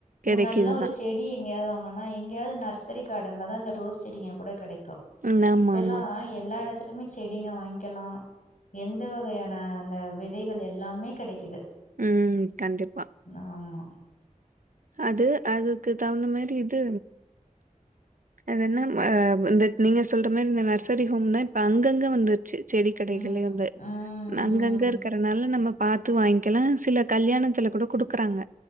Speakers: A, on the right; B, on the left.
A: கெடைக்குது
B: முன்னாடி எல்லா ஒரு
A: தான்.
B: செடி எங்கேயாது வாங்கு மா எங்கேயாவது நர்சரி கார்டன்ல தா அந்த ரோஸ் செடிங்க கூட கெடைக்கு
A: ம். ஆமா,
B: இப்பெல்லாய்
A: ஆமா.
B: எல்லா எடத்துலுமே செடிங்க வாங்க்கலா எந்த வகையான அந்த விதைகள் எல்லாமே கடைக்கிது
A: ம் கண்டிப்பா
B: ஆம்மா
A: அது அதுக்கு தகுந்த மாரி இது அது என்ன் அ இந்த நீங்க சொல்ற மாரி இந்த நர்சரி ஹோம் தா இப்ப அங்கங்க வந்துர்ச்சு செடி கடைகள்லயு
B: ம்
A: வந்து
B: ம்
A: நங்கங்க
B: ம்
A: இருக்குறனால நம்ம பாத்து வாங்க்கலா சில கல்யாணத்துல கூட குடுக்குறாங்க